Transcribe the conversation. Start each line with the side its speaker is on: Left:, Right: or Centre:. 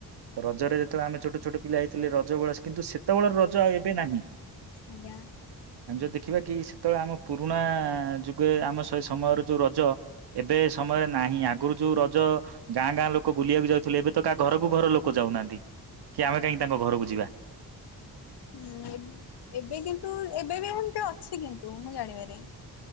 Right: ତ ରଜରେ ଯେତେବେଳେ ଆମେ ଛୋଟ ଛୋଟ ପିଲା ହେଇଥିଲେ ରଜ ବେଳେ କିନ୍ତୁ ସେତେବେଳେର ରଜ ଆଉ ଏବେ ନାହିଁ।
Left: ଆଜ୍ଞା।
Right: ଆମେ ଯଦି ଦେଖିବା କି ସେତେବେଳେ ଆମ ପୁରୁଣା। ଯୁଗେ ଆମ ସେ ସମୟରେ ଯୋଉ ରଜ ଏବେ ଏ ସମୟରେ। ନାହିଁ ଆଗରୁ ଯୋଉ ରଜ ଗାଁ ଗାଁ ଲୋକ ବୁଲିବାକୁ ଯାଉଥିଲେ ଏବେ ତ କାହା ଘରକୁ ଘର ଲୋକ ଯାଉନାହାନ୍ତି। କି ଆମେ କାହିଁକି ତାଙ୍କ ଘରକୁ ଯିବା।
Left: ହୁଁ ଏବ ଏବେ କିନ୍ତୁ ଏବେ ବି ଏମିତି ଅଛି କିନ୍ତୁ। ତୁ ମୁଁ ଜାଣିବାରେ।